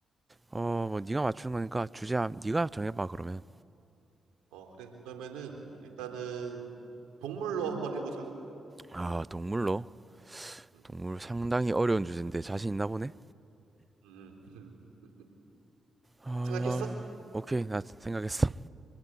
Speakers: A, on the right; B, on the right.
A: 어, 뭐 네가 맞추는 거니까 주제 한- 네가 정해봐 그러면.
B: 어, 그래. 그러면은 일단은 동물로 한번 해보자.
A: 아, 동물로?
B: 응,
A: 동물 상당히 어려운 주제인데 자신 있나 보네?
B: 응. 응. <laughs>
A: 아,
B: 생각했어?
A: 오케이 나 생각했어.